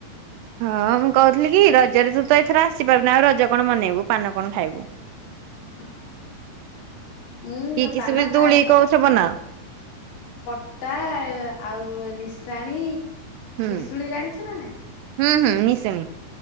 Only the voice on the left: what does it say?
<unintelligible> ମୁଁ
ପାନ
ଖାଏ
ପଟା ଆଉ ନିଶାଣି,
ନିଶୁଣି ଜାଣିଛୁ ନା ନାଇଁ?